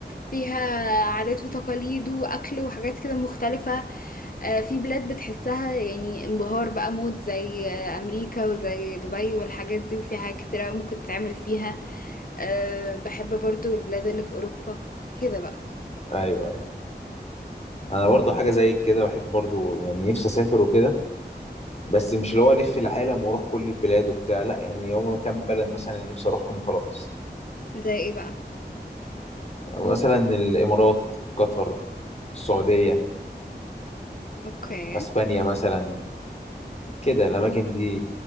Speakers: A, on the left (about 55°); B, on the left (about 40°).
A: فيها عادات وتقاليد وأكل وحاجات كده مختلفة آه، في بلاد بتحسها يعني انبهار بقى مود زي آه، أمريكا وزي دبي والحاجات دي وفي حاجات كتير أوي ممكن تتعمل فيها أه بحب برضو البلاد اللي في أوروبا كده بقى
B: ايوه ايوه انا برضو حاجه زي كده بحب برضو يعني نفسي اسافر وكده بس مش اللي هو الف العالم واروح كل البلاد وبتاع لا يعني هما كام بلد مثلا اللي نفسي اروحهم خلاص
A: زي ايه بقى
B: مثلا الامارات قطر السعوديه
A: اوكي
B: اسبانيا مثلا كده الاماكن دي